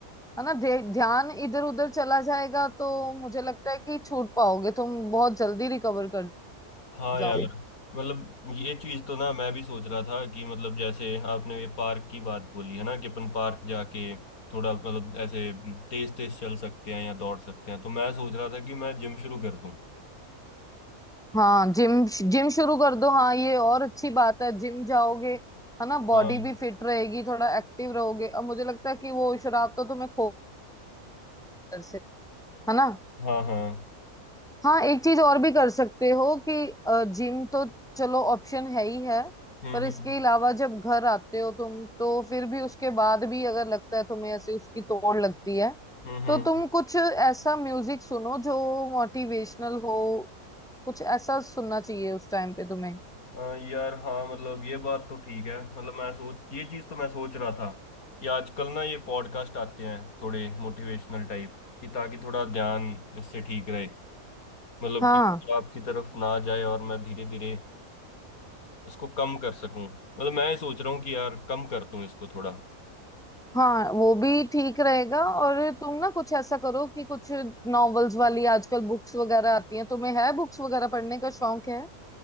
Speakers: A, in the centre; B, on the left (about 70°).
A: है ना ध्य- ध्यान इधर उधर चला जाएगा तो मुझे लगता है कि छूट पाओगे तुम बहुत जल्दी रिकवर कर
B: हाँ
A: जाओ
B: यार मतलब ये चीज तो ना मैं भी सोच रहा था कि मतलब जैसे आपने ये पार्क की बात बोली है ना कि अपन पार्क जाके थोड़ा मतलब ऐसे तेज तेज चल सकते हैं या दौड़ सकते हैं तो मैं सोच रहा था कि मैं जिम शुरू कर दूं
A: हाँ जिम जिम शुरू कर दो हाँ ये और अच्छी बात है जिम जाओगे है ना बॉडी
B: हाँ
A: भी फिट रहेगी थोड़ा एक्टिव रहोगे अब मुझे लगता है कि वो शराब तो तुम्हें खो घर से है ना
B: हाँ हाँ
A: हाँ एक चीज और भी कर सकते हो कि अ, जिम तो चलो ऑप्शन है ही है
B: हम्म
A: पर इसके
B: हम्म
A: अलावा जब घर आते हो तुम तो फिर भी उसके बाद भी अगर लगता है तुम्हें ऐसे उसकी तोड़ लगती है
B: हम्म हम्म।
A: तो तुम कुछ ऐसा म्यूजिक सुनो जो मोटिवेशनल हो कुछ ऐसा सुनना चाहिए उस टाइम पे तुम्हें
B: हाँ, यार हाँ मतलब ये बात तो ठीक है मतलब मैं सोच ये चीज तो मैं सोच रहा था कि आजकल ना ये पॉडकास्ट आते हैं थोड़े मोटिवेशनल टाइप कि ताकि थोड़ा ध्यान इससे ठीक रहे मतलब
A: हाँ
B: कि आपकी तरफ ना जाए और मैं धीरे धीरे इसको कम कर सकूं मतलब मैं ये सोच रहा हूँ कि यार कम कर दूं इसको थोड़ा
A: हाँ वो भी ठीक रहेगा और तुम ना कुछ ऐसा करो कि कुछ नॉवेल्स वाली आजकल बुक्स वगैरह आती हैं तुम्हें है बुक्स वगैरह पढ़ने का शौक है